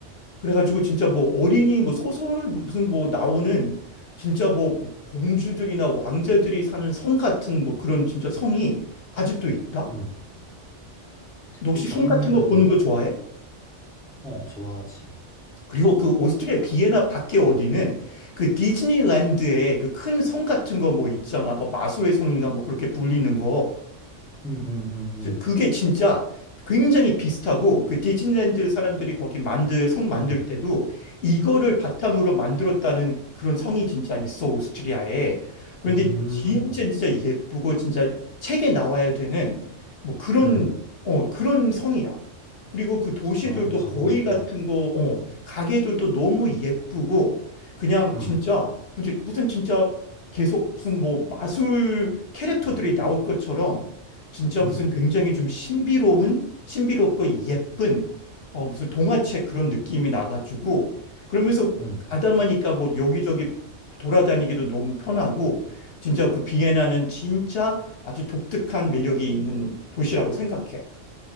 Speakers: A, on the left (about 60°); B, in the centre.
A: 그래가지고 진짜 뭐 어린이 뭐 소설 무슨 뭐 나오는 진짜 뭐뭐 공주들이나 왕자들이 사는 성 같은 뭐 그런 진짜 성이 아직도 있다?
B: 응.
A: 너 혹시
B: 근데 비엔나는,
A: 성 같은 거 보는 거 좋아해?
B: 어, 좋아하지.
A: 그리고 그 오스트리아 비엔나 밖에 어디는 그 디즈니랜드에 그 큰 성 같은 거 뭐 있잖아. 뭐 마술의 성인가 뭐 그렇게 불리는 거.
B: 응, 응, 응, 응,
A: 그게 진짜 굉장히 비슷하고 그 디즈니랜드 사람들이 거기 만들 성 만들
B: 응,
A: 때도 이거를 바탕으로 만들었다는 그런 성이 진짜 있어 오스트리아에. 그런데
B: 응,
A: 진짜
B: 응,
A: 진짜 예쁘고 진짜 책에 나와야 되는 뭐 그런
B: 응.
A: 어 그런 성이야. 그리고 그 도시들도
B: 아, 가보고
A: 거리
B: 싶다.
A: 같은 거, 어, 가게들도 너무 예쁘고 그냥
B: 음,
A: 진짜 무슨 무슨 진짜 계속 무슨 뭐 마술 캐릭터들이 나올 것처럼 진짜
B: 음,
A: 무슨 굉장히 좀 신비로운, 신비롭고 예쁜, 어, 무슨 동화책 그런 느낌이 나가지고, 그러면서
B: 음.
A: 가다보니까 뭐 여기저기 돌아다니기도 너무 편하고, 진짜 그 비엔나는 진짜 아주 독특한 매력이 있는 도시라고 생각해.